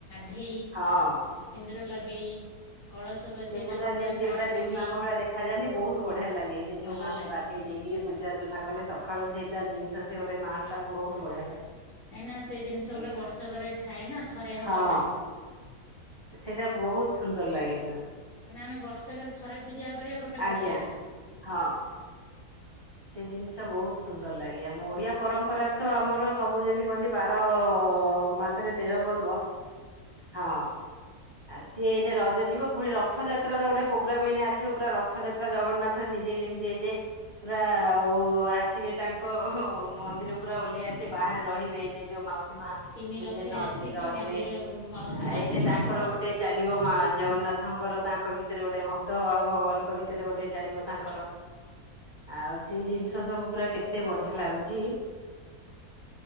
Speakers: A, on the left; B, on the right.
A: ଧେଇ,
B: ହଁ।
A: ସିନ୍ଦୁର ଲଗେଇ କଳସ ବସେଇ
B: ସେ ପୁରା
A: ତାଙ୍କୁ ନୂଆ
B: ଯେମିତି
A: ଶାଢ଼ୀ
B: ଗୋଟେ
A: ପିନ୍ଧେଇ
B: ଦେବୀ ମାଆଙ୍କ ଭଳିଆ ଦେଖାଯାଆନ୍ତି, ବହୁତ ବଢିଆ ଲାଗେ ସେ
A: ଭଲ
B: ଯୋଉ ମାଆଙ୍କୁୁ
A: ଲାଗେ
B: ଗାଧ୍
A: ସେ
B: ଗାଧେଇ ଦେଇକିରି
A: ଜିନିଷଟା
B: ପୂଜ ଅର୍ଚ୍ଚନା କଲେ ସକାଳୁ ସେଇଟା ଜିନିଷ ସେ ଗୋଟେ ମାହୋଲଟା ବହୁତ ବଢିଆ ଲାଗେ।
A: କାଇଁ ନା ସେ ଜିନିଷ
B: ଆଜ୍ଞା
A: ଗୋଟେ ବର୍ଷକରେ ଥାଏ ନା ଥରେ ହବା
B: ହଁ
A: ପାଇଁ।
B: ସେଇଟା ବହୁତ ସୁନ୍ଦର ଲାଗେ ପୁରା।
A: କାହିଁନା ଆମେ ବର୍ଷକରେ ଥରେ ପୂଜା କରିବା ଗୋଟେ
B: ଆଜ୍ଞା
A: ବର୍ଷ ପାଇଁ।
B: ହଁ। ସେ ଜିନିଷ ବହୁତ ସୁନ୍ଦର ଲାଗେ ଆମ ଓଡିଆ ପରମ୍ପରାରେ ତ ଆମର ସବୁ ଯେମିତି କୁହନ୍ତି ବାର ମାସରେ ତେର ପର୍ବ, ହଁ। ଆଉ ସିଏ ଏଇନେ ରଜ ଯିବ ପୁଣି ରଥଯାତ୍ରାର ଗୋଟେ ପୋଗ୍ରାମ ଏଇନେ ଆସିବ ପୁରା ର ରଥଯାତ୍ରା ଜଗନ୍ନାଥ ନିଜେ ଯେମିତି ଏଇନେ ପୁରା-ଆ-ଆ-ଓ-ଓ ଆସିବେ ତାଙ୍କ-ଅ-ଅ ମନ୍ଦିରୁ ପୁରା ଓହ୍ଲେଇ ଆସିବେ ବାହାରେ ରହିବେ। ନିଜ ମାଉସୀ ମାଆ ମନ୍ଦିରେ
A: ତିନି ରଥରେ
B: ନଅ
A: ଆସିକି
B: ଦିନ ରହିବେ,
A: ମନ୍ଦିର ମାଉସୀ ମା
B: ଏଇନେ
A: ଘରେ
B: ତାଙ୍କର
A: ରହିବା।
B: ଗୋଟେ ଚାଲିବ ମାଆ ଜଗନ୍ନାଥଙ୍କର ତାଙ୍କ ଭିତରେ ଗୋଟେ ଭକ୍ତ ଆଉ ଭଗବାନଙ୍କ ଭିତରେ ଗୋଟେ ଚାଲିବ ତାଙ୍କର। ଆଉ ସେଇ ଜିନିଷ ସବୁ ପୁରା କେତେ ବଢିଆ ଲାଗୁଛି।